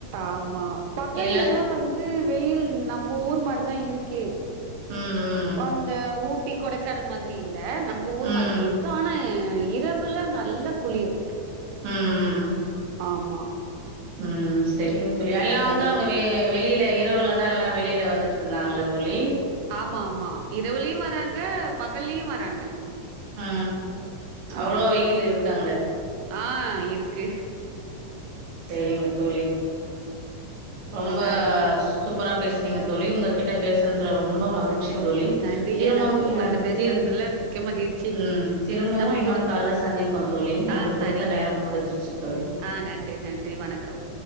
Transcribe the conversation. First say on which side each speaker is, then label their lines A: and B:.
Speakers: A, on the right; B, on the right.
A: ஆமா பகல்லா
B: எல்லா
A: வந்து வெயில் நம்ப ஊர் மாரிதா இருக்கே
B: ம், ம்.
A: அந்த ஊட்டி கொடக்கானல் மாதிரி இல்ல நம்ப ஊர்
B: ம்.
A: மாதிரி இருக் கு ஆனா இரவுல நல்ல குளிர்
B: ம்
A: ஆமா
B: ம் சரிங்க தோழி எல்லா
A: சரிங்க
B: வந்து அவங்க
A: தோ
B: வெ வெளியில இரவுல அதா எல்லா வெளியில வந்துட்டு இருந்தாங்கலே தோழி
A: ஆமா ஆமா இரவுலையு வராங்க பகல்லையு வராங்க
B: ஆ அவ்ளோ
A: ஆமா.
B: வெயில் இருக்கு அங்க
A: ஆ இருக்கு
B: சரிங்க தோழி ரொம்ப
A: சரிங்க.
B: சூப்பரா பேசுனிங்க தோழி உங்க கிட்ட பேசனதுல ரொம்ப மகிழ் ச்சி
A: ரொம்
B: தோழி
A: நன்றி.
B: திரும்பம்
A: எனக்கும் உங்கள்ட்ட
B: அ
A: பேசுனதுல
B: தி
A: மிக்க மகிழ்ச்சி.
B: ம் திரும்பவு
A: நம்ம
B: இன்னொரு
A: குடுத்
B: கால்ல சந்தி ப்போ தோழி நம்மளுக்கு
A: ஆ சரிங்க.
B: கொடுத்த நேரம் முடிஞ்சிச்சு தோழி
A: ஆ நன்றி நன்றி வணக்கம்